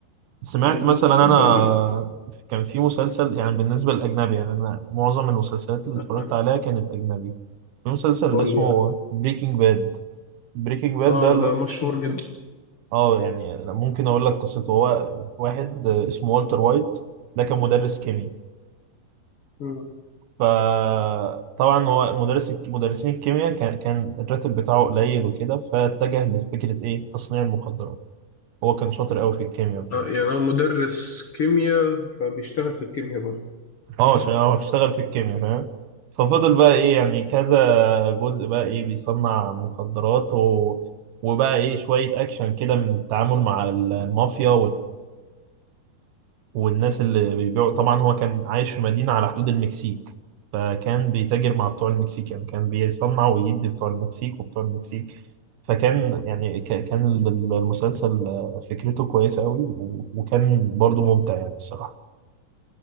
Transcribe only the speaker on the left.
اللي الناس
تحبها
جدا
آه،
قول
لي يعني
آه
ده مشهور جدا
مم.
آه يعني هو مدرس كيمياء فبيشتغل في الكيمياء
برضه